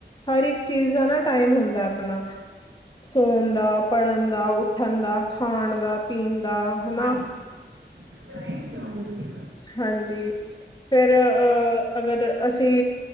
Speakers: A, on the left; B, on the right.
A: ਹਰ ਇੱਕ ਚੀਜ਼ ਦਾ ਨਾ ਟਾਈਮ ਹੁੰਦੈ ਆਪਣਾ। ਸੋਣ ਦਾ, ਪੜਨ ਦਾ, ਉੱਠਣ ਦਾ, ਖਾਣ ਦਾ, ਪੀਣ ਦਾ। ਹਨਾ
B: ਹਾਂਜੀ। ' <inaudible> ' ਹਾਂਜੀ।
A: ਹਾਂਜੀ, ਫਿਰ ਅਗਰ ਅਸੀਂ